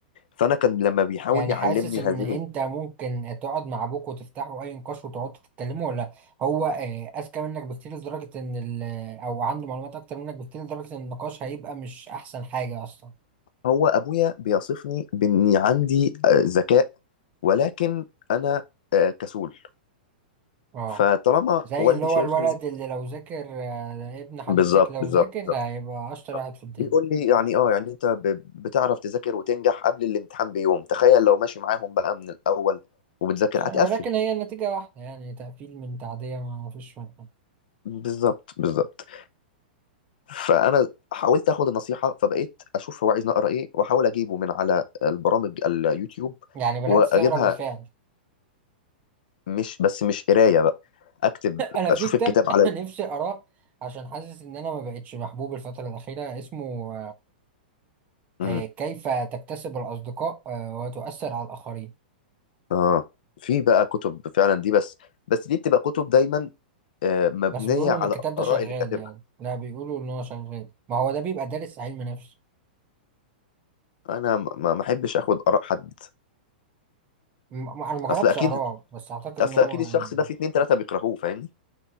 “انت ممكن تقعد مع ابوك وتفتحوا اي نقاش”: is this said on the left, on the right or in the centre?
Right